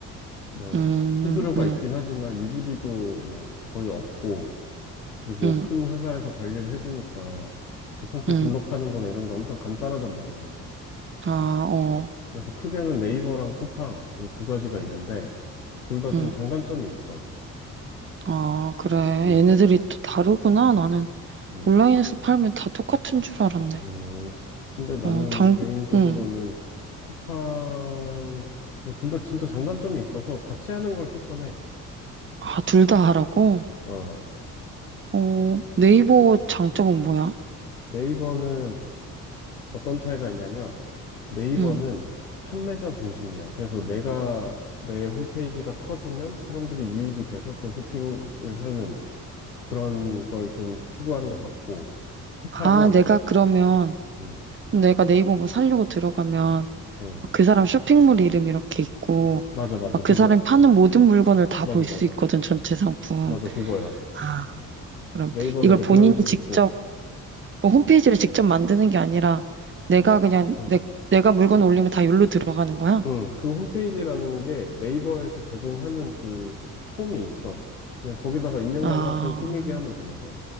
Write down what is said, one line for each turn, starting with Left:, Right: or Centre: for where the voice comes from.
Left: 뭐,
Right: 음,
Left: 수수료가
Right: 음,
Left: 있긴 하지만 유지비도 뭐 거의 없고, 그리고
Right: 음,
Left: 큰 회사에서 관리를 해주니까, 이렇게 상품
Right: 음.
Left: 등록하는 거나 이런 게 엄청 간단하단 말이야.
Right: 아, 어,
Left: 어, 그래서 크게는 네이버랑 쿠팡 이 두 가지가 있는데 둘 다 좀
Right: 음.
Left: 장단점이 있어.
Right: 아, 그래.
Left: 음,
Right: 얘네들이 또 다르구나. 나는
Left: 음,
Right: 온라인에서 팔면 다 똑같은 줄 알았네.
Left: 음. 근데 나는
Right: 어, 장,
Left: 개인적으로는
Right: 응.
Left: 쿠팡 뭐 둘 다 진짜 장단점이 있어서 같이 하는 걸 추천해.
Right: 아, 둘 다 하라고?
Left: 어,
Right: 어, 네이버 장점은 뭐야?
Left: 네이버는 어떤 차이가 있냐면 네이버는
Right: 응.
Left: 판매자 중심이야. 그래서 내가 내 홈페이지가 커지면 사람들이 유입이 돼서 또 쇼핑을 하는 그런 걸 좀 추구하는 것 같고 쿠팡은
Right: 아, 내가 그러면,
Left: 음,
Right: 내가 네이버 뭐 살려고 들어가면,
Left: 응.
Right: 막그 사람 쇼핑몰 이름 이렇게 있고,
Left: 맞아, 맞아.
Right: 막
Left: 그거야.
Right: 그 사람이 파는 모든 물건을 다
Left: 맞아,
Right: 볼
Left: 맞아.
Right: 수 있거든, 전체 상품.
Left: 맞아, 그거야.
Right: 아, 그럼
Left: 네이버는
Right: 이걸
Left: 이제
Right: 본인이
Left: 그런 식이고.
Right: 직접, 뭐 홈페이지를 직접 만드는 게 아니라, 내가
Left: 네.
Right: 그냥,
Left: 응.
Right: 내, 내가 물건 올리면 다 여기로 들어가는 거야?
Left: 응. 그 홈페이지라는 게 네이버에서 제공하는 그 폼이 있어. 그냥 거기다가 입력만
Right: 아,
Left: 하고 꾸미기 하면 되는 거야.